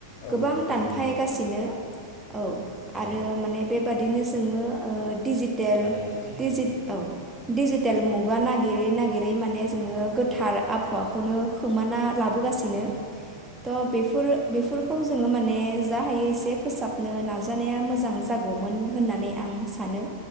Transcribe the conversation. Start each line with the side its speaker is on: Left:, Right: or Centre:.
Left: औ
Right: गोबां
Left: थारैनो
Right: दानफायगासिनो औ आरो
Left: औ
Right: माने बेबादिनो जोङो दिजिटेल
Left: थारैनो सैथो
Right: दिजिद औ। दिडिजिटेल मुगा नागिरै नागिरै माने जोङो गोथार आभावाखौनो खोमाना लाबोगासिनो त बेफोरो बेफोरखौ जोङो माने जा हायो एसे फोसाबनो नाजानाया मोजां जागौमोन होननानै आं सानो।